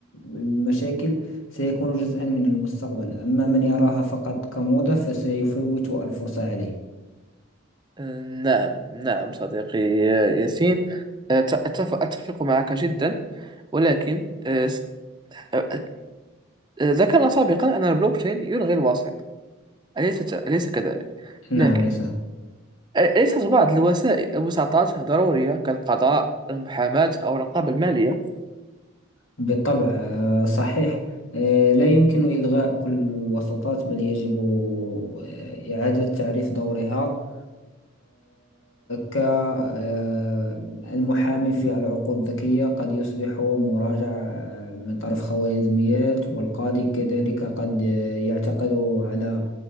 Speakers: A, on the left (about 75°); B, on the right (about 20°).
A: المشاكل سيكون جزءا من المستقبل أما من يراها فقط كموضة فسيفوت الفرصة عليه
B: آه، نعم نعم صديقي آه، ياسين آه، ت- أتف- أتفق معك جدا ولكن آه، س- آه، آه، ذكرنا سابقا أن البلوكتشين يلغي الوسيط أليس أليس كذلك؟
A: نعم
B: لكن
A: يا صاحبي
B: أليست بعض الوسائل الوساطات ضرورية كالقضاء المحاماة أو الرقابة المالية؟
A: بالطبع آه، صحيح آه، لا يمكن إلغاء كل الوساطات بل يجب آه، إعادة تعريف دورها كالمحامي في العقود الذكية قد يصبح مراجع آه، من طرف خوارزميات والقاضي كذلك قد آه، يعتقد على